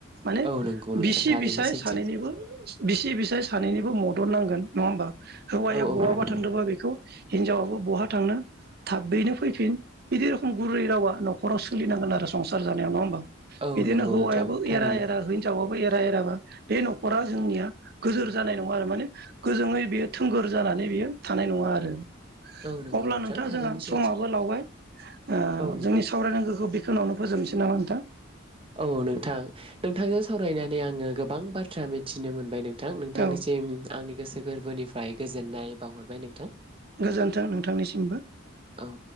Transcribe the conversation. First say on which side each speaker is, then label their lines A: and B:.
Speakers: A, on the right; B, on the right.
A: माने
B: औ नंगौ नोंथां
A: बिसि
B: थारैनो
A: बिसाय
B: सैथो
A: सानैनिबो बिसि बिसाय सानैनिबो मद द नांगोन नङा होमबा। हौवाया
B: औ औ
A: बहाबा
B: नंगौ नंगौ
A: थांदोंबा बेखौ हिनजावाबो बहा थांनो थाबैनो फैफिन बिदि रखम गुरै रावा नखराव सोलिनांगोन आरो संसार जानायाव नङा होमबा।
B: औ
A: बिदिनो
B: नंगौ
A: हौवायाबो
B: नोंथां थारैनो
A: एरा एरा हिनजावा बो एरा एराबा बे नख'रा जोंनिया गोजोर जानाय नङा आरो माने गोैजोङै बेयो थोंगोर जा नानै बेयो थानाय नङा आरो।
B: औ नंगौ
A: अब्ला
B: नोंथां
A: नोंथाङा
B: थारैनो
A: जोंहा
B: सैथो
A: समा लावबाय। ओ
B: औ नंगौ
A: जोंनि
B: नंगौ
A: सावरायनांगौखौ बेखोनोआवनो फोजोबनोसै नामा नोंथां
B: औ नोंथां नोंथांजों सावरायनानै आङो गोबां बाथ्रा मिथिनो मोनबाय नों थां। नोंथांनिसिम
A: औ
B: आंनि गोसो गोर्बोनिफ्राय गोजोननाय बावहरबाय नोंथां।
A: गोजोन्थों नोंथांनिसिमबो।
B: औ